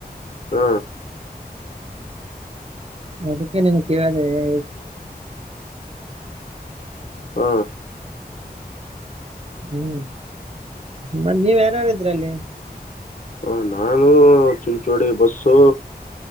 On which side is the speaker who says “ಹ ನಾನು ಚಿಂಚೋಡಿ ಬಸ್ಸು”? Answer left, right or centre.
Left